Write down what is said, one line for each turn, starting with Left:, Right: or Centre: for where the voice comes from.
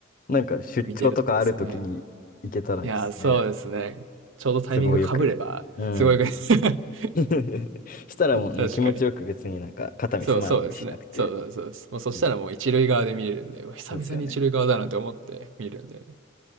Left: なんか出張とかあるときに行けたらいいですね。
Right: 見ているところですね。いやー、そうですね。ちょうどタイミング被れば、
Left: 都合よく。うん。
Right: すごいです <laughs>
Left: <laughs> したらもうね、
Right: 確かに。
Left: 気持ちよく別になんか肩身狭い思いしなくて。
Right: そう、そうですね。そうそうそうです。もうそしたらもう一塁側で見れるんで、
Left: ね、
Right: うわ久々に一塁側だなんて思って見るんでね。
Left: そうですよね。